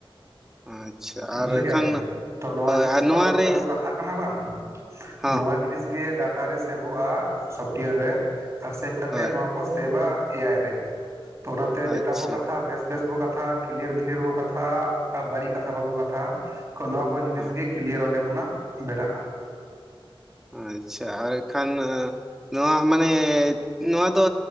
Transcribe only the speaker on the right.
ᱵᱩᱡᱷᱟᱹᱣ
ᱠᱮᱫᱼᱟ ᱵᱮᱱ ᱛᱚ ᱱᱚᱶᱟ
ᱡᱤᱱᱤᱥ
ᱠᱚ
ᱟᱵᱚ ᱡᱮᱛᱟ
ᱵᱚᱸ ᱠᱟᱛᱷᱟᱜ ᱠᱟᱱᱟ ᱵᱟᱝ
ᱱᱚᱶᱟ ᱡᱤᱱᱤᱥ ᱜᱮ ᱰᱟᱴᱟ ᱨᱮ ᱥᱮᱵᱷᱚᱜᱼᱟ ᱥᱚᱯᱴᱣᱮᱭᱟᱨ ᱨᱮ ᱟᱨ ᱥᱮᱵ ᱠᱟᱛᱮ
ᱱᱚᱶᱟ ᱠᱚ ᱥᱮᱵᱟ ᱮᱭᱟᱭ ᱨᱮ ᱛᱚ ᱚᱱᱟᱛᱮ
ᱡᱮᱴᱟ ᱵᱚ ᱠᱟᱛᱷᱟ ᱵᱮᱥ ᱵᱮᱥ ᱵᱚ ᱠᱟᱛᱷᱟ ᱠᱤᱞᱭᱟᱨ ᱠᱤᱞᱭᱟᱨ ᱵᱚ ᱠᱟᱛᱷᱟᱼᱟ ᱛᱟᱵ ᱵᱟᱹᱲᱤᱡ ᱠᱟᱛᱷᱟ ᱵᱟᱵᱚᱱ ᱠᱟᱛᱷᱟᱼᱟ ᱛᱚ ᱱᱚᱶᱟ ᱠᱚ ᱡᱤᱱᱤᱥ
ᱜᱮ ᱠᱤᱞᱭᱟᱨ ᱚᱸᱰᱮ ᱠᱷᱚᱱᱟᱜ ᱵᱮᱱᱟᱜ-ᱟ᱾